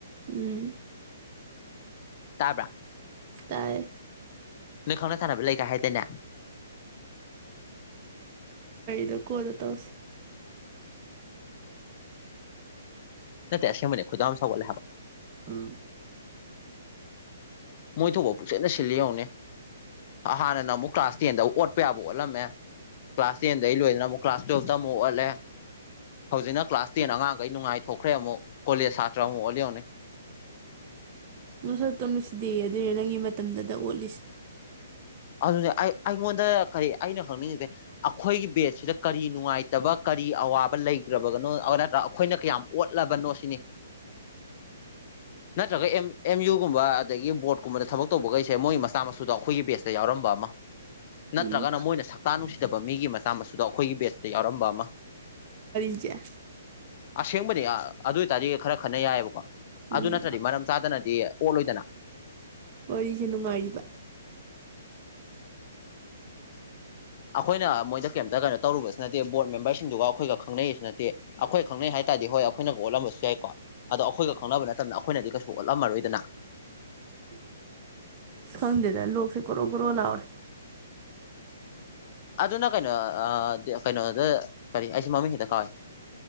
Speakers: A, on the right; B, on the left.
A: ꯎꯝ
B: ꯇꯥꯕ꯭ꯔꯥ
A: ꯇꯥꯏ
B: ꯅꯪ ꯈꯪꯅ ꯁꯥꯟꯅꯕ ꯂꯩꯒ ꯍꯥꯏꯗꯅꯦ
A: ꯗ ꯀꯣꯗ ꯇꯁꯤ
B: ꯅ ꯇꯁꯦ ꯃꯅꯦ ꯈꯣꯗ ꯑꯃ ꯁꯕ ꯍꯥꯏꯕ
A: ꯎꯝ
B: ꯃꯣꯏ ꯊꯕ ꯄꯨꯛꯆꯦꯟꯅ ꯁꯤꯜꯂꯤ ꯌꯦꯧꯉꯅꯦ ꯍꯥꯟꯅꯅ ꯑꯃꯨꯛ ꯀ꯭ꯂꯥꯁ ꯇꯦꯟꯗ ꯑꯣꯠꯄ ꯌꯥꯕ ꯑꯣꯠꯂꯝꯃꯦ ꯀ꯭ꯂꯥꯁ ꯇꯦꯟꯗꯒꯤꯩ ꯂꯣꯏꯗꯅ ꯑꯃꯨꯛ ꯀ꯭ꯂꯥꯁ ꯇꯨꯌꯦꯜꯞꯇ ꯑꯃꯨꯛ ꯑꯣꯠꯂꯦ ꯍꯧꯖꯤꯛꯅ ꯀ꯭ꯂꯥꯁ ꯇꯦꯟ ꯑꯉꯥꯡꯈꯩ ꯅꯨꯡꯉꯥꯏꯊꯣꯛꯈ꯭ꯔꯦ ꯑꯃꯨꯛ ꯀꯣꯂꯦꯖ ꯁꯥꯇ꯭ꯔ ꯑꯃꯨꯛ ꯑꯣꯂꯤꯧꯅꯤ
A: ꯃ ꯁꯛꯇꯧꯅꯨꯁꯤꯗꯤ ꯑꯗꯨꯅꯦ ꯅꯪꯒꯤ ꯃꯇꯝꯗꯨꯇ ꯑꯣꯠꯂꯤꯁꯦ
B: ꯑꯗꯨꯅꯦ ꯑꯩ ꯑꯩꯉꯣꯟꯗ ꯀꯔꯤ ꯑꯩꯅ ꯈꯪꯅꯤꯡꯉꯤꯁꯦ ꯑꯩꯈꯣꯏꯒꯤ ꯕꯦꯠꯁꯤꯗ ꯀꯔꯤ ꯅꯨꯡꯉꯥꯏꯇꯕ ꯀꯔꯤ ꯑꯋꯥꯕ ꯂꯩꯈ꯭ꯔꯕꯒꯅꯣ ꯅꯠꯇ꯭ꯔ ꯑꯩꯈꯣꯏꯅ ꯀꯌꯥꯝ ꯑꯣꯠꯂꯕꯅꯣ ꯁꯤꯅꯤ ꯅꯠꯇ꯭ꯔꯒ ꯑ ꯑꯦꯝ ꯌꯨꯒꯨꯝꯕ ꯑꯗꯒꯤ ꯕꯣꯔꯠꯀꯨꯝꯕꯗ ꯊꯕꯛ ꯇꯧꯕꯈꯩꯁꯦ ꯃꯣꯏ ꯃꯁ ꯆꯥꯃꯁꯨꯗꯣ ꯑꯩꯈꯣꯏꯒꯤ ꯕꯦꯁꯇ ꯌꯥꯎꯔꯝꯕ ꯑꯃ ꯅꯠꯇ꯭ꯔꯒꯅ
A: ꯎꯝ
B: ꯃꯣꯏꯅ ꯁꯥꯛꯛꯇꯇꯥ ꯅꯨꯡꯁꯤꯗꯕ ꯃꯤꯒꯤ ꯃꯆꯥ ꯃꯁꯨꯗꯣ ꯑꯩꯈꯣꯏꯒꯤ ꯕꯦꯁꯇ ꯌꯥꯎꯔꯝꯕ ꯑꯃ
A: ꯄꯤꯖꯌꯥ
B: ꯑꯁꯦꯡꯕꯅꯦ ꯑꯗꯨ ꯑꯣꯏꯇꯥꯔꯗꯤ ꯈꯔ ꯈꯅ ꯌꯥꯏꯑꯕꯀꯣ
A: ꯎꯝ
B: ꯑꯗꯨ ꯅꯠꯇ꯭ꯔꯗꯤ ꯃꯔꯝ ꯆꯥꯗꯅꯗꯤ ꯑꯣꯠꯂꯣꯏꯗꯅ
A: ꯋꯥꯔꯤꯁꯦ ꯅꯨꯡꯉꯥꯏꯔꯤꯕ
B: ꯑꯩꯈꯣꯏꯅ ꯃꯣꯏꯗ ꯀꯩꯝꯇ ꯀꯩꯅꯣ ꯇꯧꯔꯨꯕꯁꯨ ꯅꯠꯇꯦ ꯕꯣꯔꯗ ꯃꯦꯝꯕꯔꯁꯤꯡꯗꯨꯒ ꯑꯩꯈꯣꯏꯒ ꯈꯪꯅꯩꯁꯨ ꯅꯠꯇꯦ ꯑꯩꯈꯣꯏ ꯈꯪꯅꯩ ꯍꯥꯏꯇꯥꯔꯦ ꯗꯤ ꯍꯣꯏ ꯑꯩꯈꯣꯏꯅꯒ ꯑꯣꯜꯂꯝꯕꯁꯨ ꯌꯥꯏꯀꯣ ꯑꯗꯣ ꯑꯩꯈꯣꯏꯒ ꯈꯪꯅꯕ ꯅ ꯃꯇꯝꯗ ꯑꯩꯈꯣꯏꯅꯗꯤ ꯀꯩꯁꯨ ꯑꯣꯜꯂꯝꯃꯔꯣꯏꯗꯅ
A: ꯈꯪꯗꯦꯗ ꯂꯣꯛꯁꯦ ꯀꯣꯔꯣ ꯣꯔꯣ ꯂꯥꯎꯑꯣꯔꯦ
B: ꯑꯗꯨꯅ ꯀꯩꯅꯣ ꯀꯩꯅꯣꯗ ꯀꯔꯤ ꯑꯩꯁ ꯃꯃꯤꯡꯁꯤꯗ ꯀꯥꯎꯋꯦ